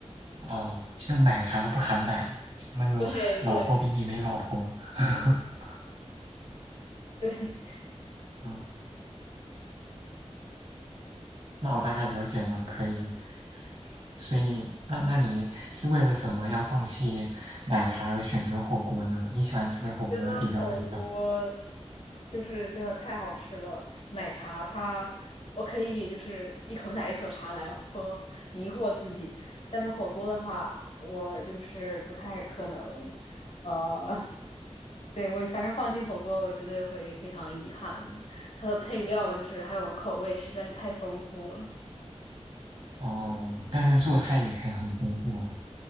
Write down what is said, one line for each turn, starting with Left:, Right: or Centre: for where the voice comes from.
Right: 哦，就奶茶不含奶，那个老婆饼里没老婆。
Left: <laughs> 对对
Right: <laughs>
Left: 对，
Right: 嗯，那我大概了解了，可以。所以，那那你是为了什么要放弃奶茶而选择火锅呢？你喜欢吃的火锅底料是什么？
Left: 觉得火锅就是真的太好吃了。奶茶它我可以就是一口奶一口茶来喝，迷惑自己。但是火锅的话，我就是不太可能。呃，<laughs> 对，我反正放弃火锅，我绝对会非常遗憾的。它的配料就是还有口味实在是太丰富了。
Right: 哦，但是做菜也可以很丰富啊。